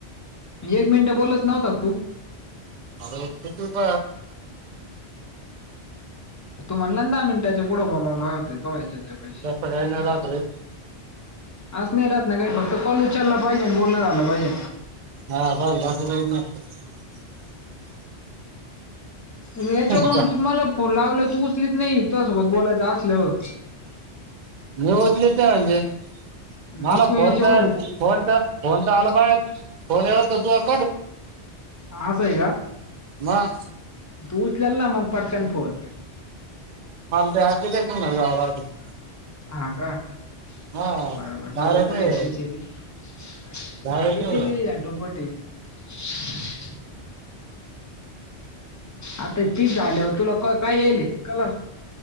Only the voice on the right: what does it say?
म किती प
तसं काही नाही राहत रे
हा <unintelligible>
नसतं
मी उचलीत नाही म्हणजे मला
फोन
तर
तर <inaudible>
मं
<inaudible>
हा डायरेक्ट नाही
डायरेक्ट नाही